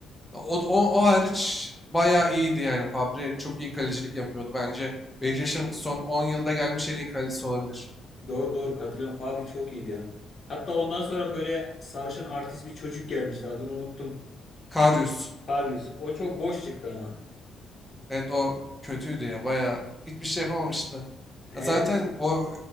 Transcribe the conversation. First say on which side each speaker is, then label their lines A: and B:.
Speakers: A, in the centre; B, on the left.
A: O, o, o hariç bayağı iyiydi yani. Fabri çok iyi kalecilik yapıyordu. Bence Beşiktaş'ın son 10 yılda gelmiş en iyi kalecisi olabilir.
B: Doğru doğru katılıyorum. Fabri çok iyiydi ya. Hatta ondan sonra böyle sarışın artist bir çocuk gelmişti. Adını unuttum.
A: Karius.
B: Karius. O çok boş çıktı ama.
A: Evet o kötüydü ya. Bayağı hiçbir şey yapamamıştı.
B: Hele
A: Ya Zaten
B: uz-
A: o